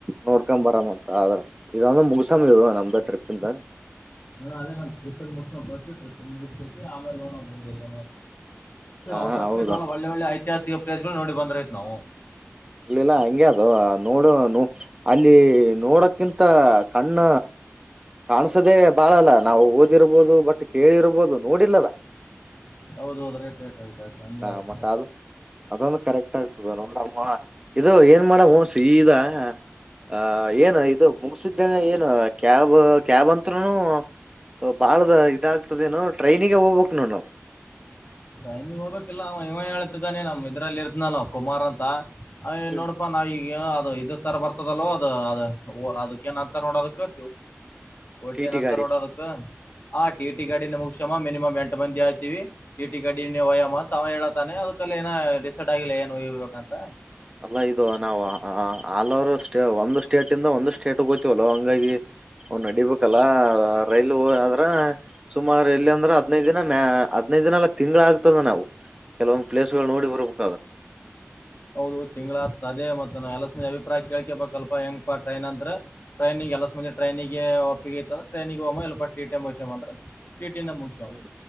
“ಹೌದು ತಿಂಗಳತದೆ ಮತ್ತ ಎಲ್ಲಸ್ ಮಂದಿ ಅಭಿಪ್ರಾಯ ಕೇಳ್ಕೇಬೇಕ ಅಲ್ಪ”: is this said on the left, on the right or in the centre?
Left